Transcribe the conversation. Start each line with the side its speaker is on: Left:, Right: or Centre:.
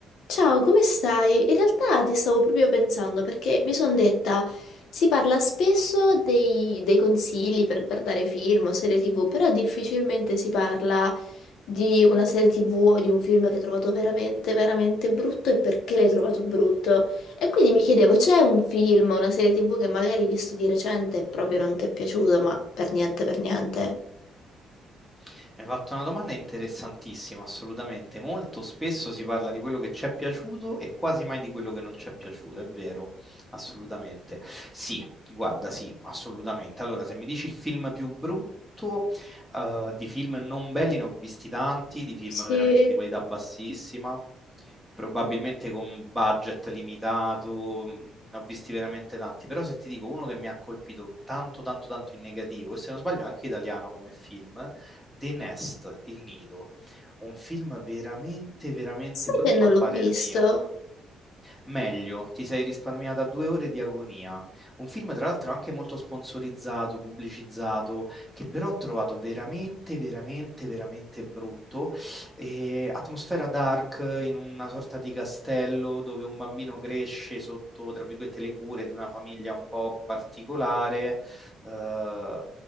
Left: Ciao, come stai? In realtà ti stavo proprio pensando perché mi sono detta, si parla spesso dei, dei consigli per guardare film o serie TV, però difficilmente si parla di una serie TV o di un film che hai trovato veramente, veramente brutto e perché l'hai trovato brutto. E quindi mi chiedevo, c'è un film o una serie TV che magari hai visto di recente e proprio non ti è piaciuto, ma per niente, per niente?
Centre: Mi hai fatto una domanda interessantissima, assolutamente. Molto spesso si parla di quello che ci è piaciuto e quasi mai di quello che non ci è piaciuto, è vero, assolutamente. Sì, guarda, sì, assolutamente. Allora, se mi dici il film più brutto, eh, di film non belli ne ho visti tanti, di film
Left: Sì,
Centre: veramente di qualità bassissima, probabilmente con budget limitato, mh, ne ho visti veramente tanti, però se ti dico uno che mi ha colpito tanto, tanto, tanto in negativo, e se non sbaglio è anche italiano come film, The Nest, Il Nido, un film veramente, veramente
Left: Sai
Centre: brutto
Left: che non
Centre: a
Left: l'ho
Centre: parer
Left: visto?
Centre: mio, Meglio, ti sei risparmiata due ore di agonia. Un film, tra l'altro, anche molto sponsorizzato, pubblicizzato, che però ho trovato veramente, veramente, veramente brutto. E atmosfera dark in una sorta di castello dove un bambino cresce sotto, tra virgolette, le cure di una famiglia un po' particolare. Eh,